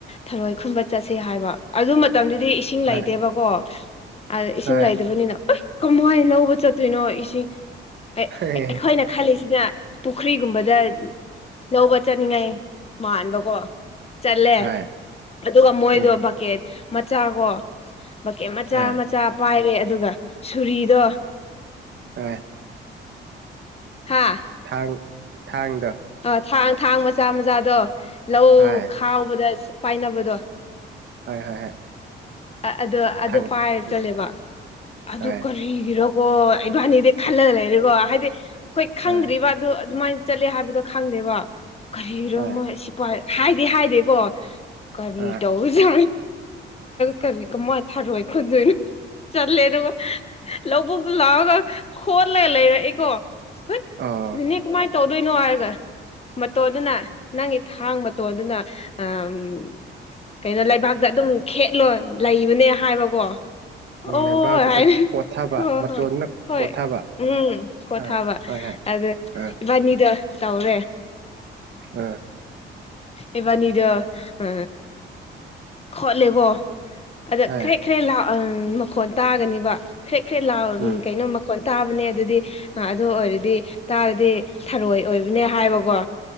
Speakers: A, on the left; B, on the right.
A: ꯊꯔꯣꯏ ꯈꯨꯨꯝꯕ ꯆꯠꯁꯤ ꯍꯥꯏꯕ ꯑꯗꯨ ꯃꯇꯝꯗꯨꯗꯤ ꯏꯁꯤꯡ
B: ꯍꯣꯏ
A: ꯂꯩꯇꯦꯕꯀꯣ ꯑꯗ ꯏꯁꯤꯡ
B: ꯍꯣꯏ
A: ꯂꯩꯗꯕꯅꯤꯅ ꯑꯦ ꯀꯃꯥꯏꯅ ꯂꯧꯕ ꯆꯠꯇꯣꯏꯅꯣ ꯏꯁꯤꯡ ꯑꯩꯈꯣꯏꯅ
B: ꯍꯣꯏ
A: ꯈꯜꯂꯤꯁꯤꯅ ꯄꯨꯈ꯭ꯔꯤꯒꯨꯝꯕꯗ ꯂꯧꯕ ꯆꯠꯅꯤꯡꯉꯥꯏ ꯃꯥꯟꯕꯀꯣ ꯆꯠꯂꯦ
B: ꯍꯣꯏ
A: ꯑꯗꯨꯒ ꯃꯣꯏꯗꯣ
B: ꯎꯝ
A: ꯕꯛꯀꯦꯠ ꯃꯆꯥ ꯀꯣ ꯕꯛꯀꯦꯠ ꯃꯆꯥ
B: ꯍꯣꯏ
A: ꯃ ꯆꯥ ꯄꯥꯏꯔꯦ ꯑꯗꯨꯒ ꯁꯨꯔꯤꯗꯣ
B: ꯍꯣꯏ
A: ꯍꯥꯥ
B: ꯊꯥꯡ ꯊꯥꯡꯗ
A: ꯑ ꯊꯥꯡ ꯊꯥꯡ ꯃꯆꯥ ꯃꯆꯥꯗꯣ ꯂꯧ
B: ꯍꯣꯏ
A: ꯈꯥꯎꯕꯗ ꯄꯥꯏꯅꯕꯗꯣ
B: ꯍꯣꯏ ꯍꯣꯏ ꯍꯣꯏ
A: ꯑꯗꯨ ꯑꯗꯨ
B: ꯊꯥꯡ
A: ꯄꯥꯏꯔ ꯆꯠꯂꯦꯕ
B: ꯎꯝ
A: ꯑꯗꯨ
B: ꯍꯣꯏ
A: ꯀꯔꯣꯀꯣ ꯏꯕꯥꯅꯤꯗꯤ ꯈꯜꯂꯒ ꯂꯩꯔꯀꯣ ꯍꯥꯏꯗꯤ ꯑꯩꯈꯣꯏ ꯈꯪꯗ꯭ꯔꯤꯕ
B: ꯍꯣꯏ
A: ꯑꯗꯨ ꯑꯗꯨꯃꯥꯏꯅ ꯆꯠꯂꯦ ꯍꯥꯏꯕꯗꯣ ꯈꯪꯗꯦꯕ ꯀꯔꯤꯔꯣ
B: ꯍꯣꯏ
A: ꯃꯣꯏ ꯍꯥꯏꯗꯤ ꯍꯥꯏꯗꯦꯀꯣ ꯀꯔꯤ
B: ꯑꯥ
A: ꯇꯧꯁ ꯀꯔꯤ ꯀꯃꯅ ꯊꯥꯔꯣꯏ ꯈꯣꯟꯗꯣꯏꯅꯣ ꯆꯠꯂꯦ ꯑꯗꯨꯒ ꯛ ꯂꯥꯎꯑꯣꯒ ꯈꯣꯣꯟ ꯂꯩ ꯂꯩ ꯏꯀꯣ ꯍꯣꯏ
B: ꯑꯣ
A: ꯏꯅꯦ ꯀꯃꯥꯏꯅ ꯇꯧꯗꯣꯏꯅꯣ ꯍꯥꯏꯔꯒ ꯃꯇꯣꯟꯗꯨꯅ ꯅꯪꯒꯤ ꯊꯥꯡ ꯃꯇꯣꯟꯗꯨꯅ ꯎ ꯀꯩꯅꯣ ꯂꯩꯕꯥꯛꯇ ꯑꯗꯨꯝ ꯈꯦꯠꯂꯣ ꯂꯩꯕꯅꯦ ꯍꯥꯏꯕꯀꯣ
B: ꯎ
A: ꯑꯣ
B: ꯂꯩꯕꯥꯛꯇꯨꯗ
A: ꯍꯥꯏꯅ
B: ꯀꯣꯊꯕ
A: ꯍꯣꯏ
B: ꯃꯇꯣꯟꯅ
A: ꯍꯣꯏ ꯍꯣꯏ
B: ꯀꯣꯊꯕ
A: ꯎꯝ ꯈꯣ
B: ꯑꯥ
A: ꯊꯥꯕ
B: ꯍꯣꯏ ꯍꯣꯏ
A: ꯑꯗꯨ
B: ꯑꯥ
A: ꯏꯕꯥꯅꯤꯗ ꯇꯧꯔꯦ
B: ꯎꯝ
A: ꯑꯦꯕꯥꯅꯤꯗ ꯑ ꯈꯣꯠꯂꯦꯕꯣ ꯑꯗ
B: ꯑꯥ ꯍꯣꯏ
A: ꯈꯔꯦ ꯈ꯭ꯔꯦ ꯂꯥꯛ ꯃꯈꯣꯟ ꯇꯥꯒꯅꯦꯕ ꯈ꯭ꯔꯦ ꯈ꯭ꯔꯦꯠ ꯂꯥꯎ
B: ꯎꯝ
A: ꯀꯩꯅꯣ ꯃꯈꯣꯟ ꯇꯥꯕꯅꯦ ꯑꯗꯨꯗꯤ ꯑꯗꯨ ꯑꯣꯏꯔꯗꯤ ꯇꯥꯔꯗꯤ ꯊꯔꯣꯏ ꯑꯣꯏꯕꯅꯦ ꯍꯥꯏꯕꯀꯣ